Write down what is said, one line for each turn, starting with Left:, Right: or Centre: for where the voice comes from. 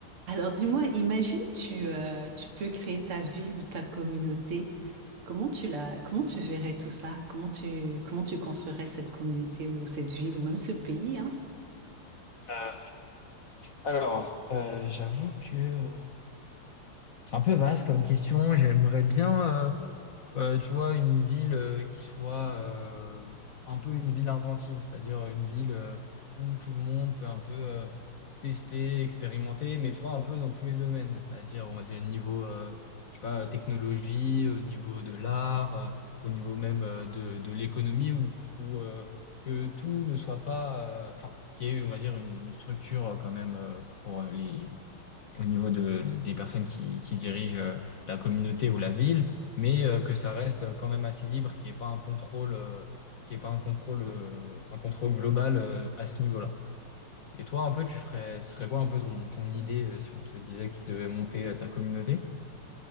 Right: Alors dis-moi, imagine tu, euh, tu peux créer ta ville ou ta communauté. Comment tu la, comment tu verrais tout ça? Comment tu, comment tu construirais cette communauté ou cette ville ou même ce pays, hein?
Left: Euh, alors, euh, j'avoue que euh, c'est un peu vaste comme question. J'aimerais bien, euh, euh, tu vois, une ville euh, qui soit euh, un peu une ville inventive, c'est-à-dire une ville euh, où tout le monde peut un peu euh, tester, expérimenter, mais tu vois, un peu dans tous les domaines, c'est-à-dire, on va dire, niveau, euh, je sais pas, technologie, au niveau de l'art, euh, au niveau même euh, de, de l'économie, où, où euh, que tout ne soit pas, euh, enfin, qu'il y ait, on va dire, une structure euh, quand même euh, pour euh, les au niveau de, des personnes qui, qui dirigent euh, la communauté ou la ville, mais euh, que ça reste quand même assez libre, qu'il n'y ait pas un contrôle, euh, qu'il y ait pas un contrôle, euh, un contrôle global euh, à ce niveau-là. Et toi, un peu, tu ferais, ce serait quoi un peu ton, ton idée euh, si on te disait que tu devais monter euh, ta communauté?